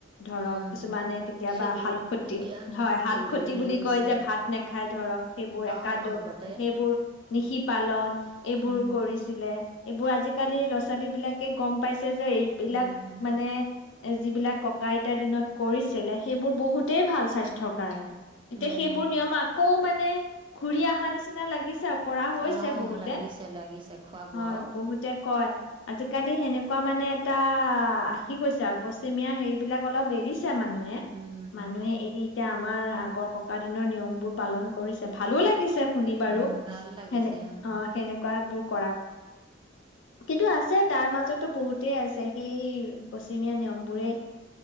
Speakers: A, on the left; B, on the right.
A: ধৰক
B: উম
A: কিছুমানে কেতিয়াবা
B: সেইবোৰ
A: শালখতি,
B: এতিয়া
A: হয় শালখতি
B: কৰিবলৈ
A: বুলি
B: লৈছে
A: কয় যে ভাত নেখা খাই ধৰক। সেইবোৰ
B: আহ
A: একাদশ
B: আগতে
A: সেইবোৰ নিশি পালন। এইবোৰ
B: উম
A: কৰিছিলে। এইবোৰ আজিকালি ল'ৰা ছোৱালী বিলাকে গম পাইছে যে এইবিলাক
B: উম
A: মানে এ যিবিলাক ককা আইতাৰ দিনত কৰিছিলে সেইবোৰ বহুতেই ভাল স্বাস্থ্যৰ কাৰণে। এতিয়া
B: উম
A: সেইবোৰ নিয়ম আ আকৌ মানে ঘূৰি আহা নিচিনা লাগিছে কৰা হৈছে
B: আহ
A: বহুতে।
B: লাগিছে লাগিছে খুৱা
A: হয়
B: বোৱাও।
A: বহুতে কয়, আজিকালি সেনেকুৱা মানে এটা আহি গৈছে আৰু পশ্চিমীয়া হেৰিবলাক অলপ এৰিছ এ মানুহে
B: উম
A: মানুহে এৰি এতিয়া আমাৰ আগৰ ককা দিনৰ নিয়ম বোৰ পালন কৰিছে ভালো লাগে পিছে শুনি বাৰু
B: উম ভাল লাগিছে
A: সেনে,
B: উম
A: অ সেনে বোৰ কৰা, কিন্তু আছে তাৰ মাজতো বহুতেই আছে সেই পশ্চিমীয়া নিয়ম বোৰে